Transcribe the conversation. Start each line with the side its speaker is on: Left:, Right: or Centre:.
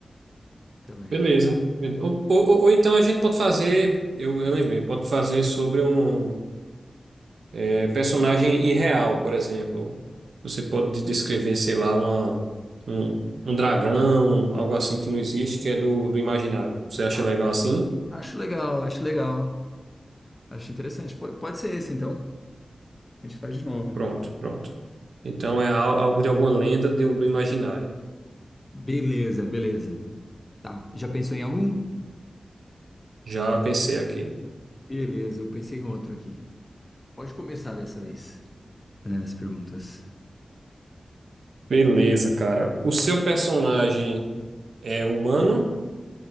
Left: também.
Right: Beleza. Ou, ou, ou ou então a gente pode fazer. Eu, eu lembrei, pode fazer sobre um. É, personagem irreal, por exemplo. Você pode descrever, sei lá, uma, um, um dragão, algo assim que não existe, que é do, do imaginário. Você acha
Left: Ah,
Right: legal assim?
Left: acho legal, acho legal. Acho interessante. Po- Pode ser esse, então. A gente faz de novo.
Right: Pronto, pronto. Então é al- algo de alguma lenda do, do imaginário.
Left: Beleza, beleza. Tá. Já pensou em algum?
Right: Já pensei aqui.
Left: Beleza, eu pensei em outro aqui. Pode começar dessa vez, fazendo as perguntas.
Right: Beleza, cara. O seu personagem é humano?